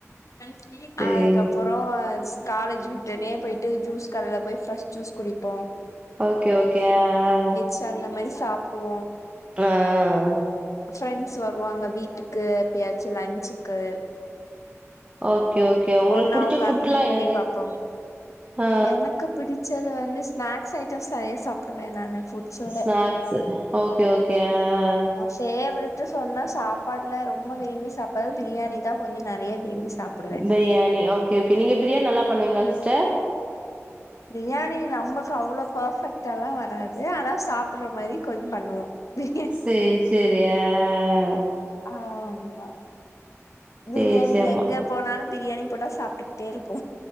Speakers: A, on the left (about 75°); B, on the right (about 20°).
A: அதுக்கப்பறோ
B: சேரி
A: காலேஜ் விட்டோனே போயிட்டு ஜூஸ் கடல போய் ஃப்ரஸ் ஜூஸ் குடிப்போ
B: ஓகே ஓகே ஆ ஆ ஆ
A: சோ அந்த மாரி சாப்புடுவோ
B: ஆ ஆ
A: ஃப்ரெண்ட்ஸ் வருவாங்க வீட்டுக்கு எப்பயாச்சு லன்ச் கு
B: ஓகே ஓகே உங்களுக்கு
A: ஒன்னா
B: புடிச்ச
A: உக்காந்து
B: ஃபுட்ல்லா
A: மூவி
B: என்னது
A: பாப்பம்
B: ஆ
A: எனக்கு பிடிச்சது வந்து ஸ்நாக்ஸ் ஐட்டம்ஸ் நெறையா சாப்புடுவே நானு ஃபுட்ஸோட
B: ஸ்நாக்ஸ்சு ஓகே ஓகே ஆ ஆ
A: ஃபேவரட்டு சொன்னா சாப்பாடுல ரொம்ப விரும்பி சாப்ட்றது பிரியாணி தா கொஞ்ச நெறையா விரும்பி சாப்டுவே
B: பிரியாணி ஓகே ஓகே நீங்க பிரியாணி நல்லா பண்ணுவீங்களா சிஸ்டர்
A: பிரியாணி நம்பக்கு அவ்ளோ பர்ஃபெக்டாலா வராது ஆனா சாப்ட்ற மாரி கொஞ்சோ பண்ணுவோ பிரியாணி
B: சேர் சேரி ஆ ஆ ஆ
A: ஆமா பிரியாணி
B: சேரி சேரி
A: எங்க போனாலு பிரியாணி போட்டா சாப்ட்டுக்குட்டே இருப்போ